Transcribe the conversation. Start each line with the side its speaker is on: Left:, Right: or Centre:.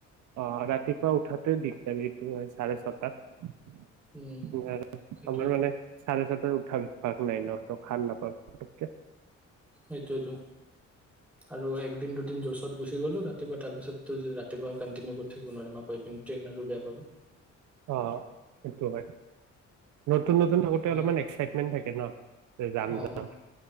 Right: অ ৰাতিপুৱা উঠাতে দিগদাৰি? হয় চাৰে ছটাত।
Centre: উম,
Right: আৰু
Centre: সেইটোৱেতো
Right: আমাৰ মানে চাৰে ছটাৰ উঠাবি। পাক নাই ন তু খাৰ নাপালোঁ পত্ক কে।
Centre: সেইটোৱেতো আৰু একদিন দুদিন যোৰচত গুচি গ'লো ৰাতিপুৱা তাৰপিছতো ৰাতিপুৱা কণ্টিনিউ কৰি থাকিব নোৱাৰিম মাক পিন। ট্ৰেইন আৰু বেয়া পাব।
Right: অ সেইটো হয় নতুন নতুন থাকোতে
Centre: সেইকাৰণে
Right: অলপমান এক্সাইটমেণ্ট থাকে ন যে যাম
Centre: অঁ
Right: যাম।